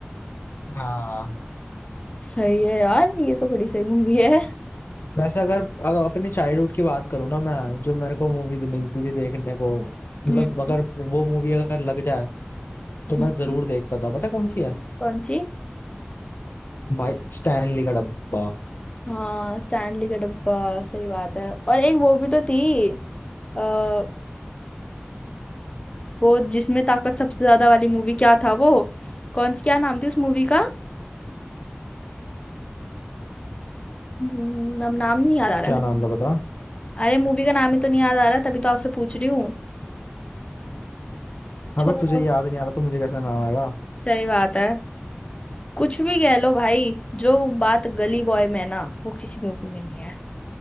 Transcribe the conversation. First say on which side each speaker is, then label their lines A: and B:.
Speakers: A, on the left; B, on the left.
A: हाँ
B: सही है यार ये तो बड़ी सही मूवी है
A: वैसे अगर, अगर अपनी चाइल्डहुड की बात करूँ ना मैं जो मेरे को मूवी मिलती थी देखने को मतलब
B: हम्म
A: अगर वो मूवी अगर लग जाए तो मैं
B: हम्म।
A: जरूर देखता था पता है कौन सी है
B: कौन सी
A: भाई स्टैनली का डब्बा
B: हाँ स्टैनली का डब्बा सही बात है और एक वो भी तो थी आ, वो जिसमें ताकत सबसे ज्यादा वाली मूवी क्या था वो कौन सी क्या नाम थी उस मूवी का हम्म, अब नाम नहीं याद आ रहा
A: क्या
B: है मेरे
A: नाम
B: को।
A: था पता
B: अरे मूवी का नाम ही तो नहीं याद आ रहा तभी तो आपसे पूछ रही हूँ
A: अबे
B: छोड़ो
A: तुझे याद नहीं आ रहा तो मुझे कैसे नाम आएगा
B: सही बात है कुछ भी कह लो भाई जो बात गली बॉय में है ना वो किसी मूवी में नहीं है